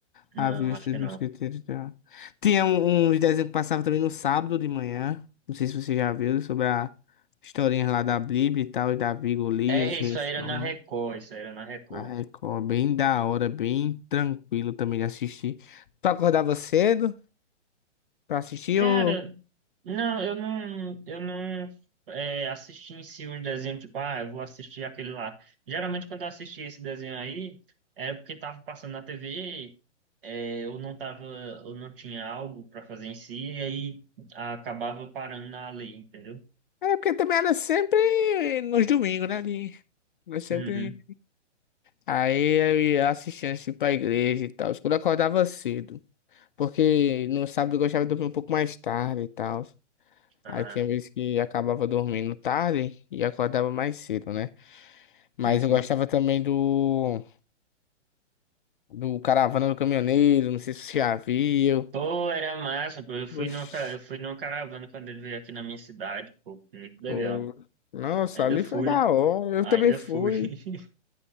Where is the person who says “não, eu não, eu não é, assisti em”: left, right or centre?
Right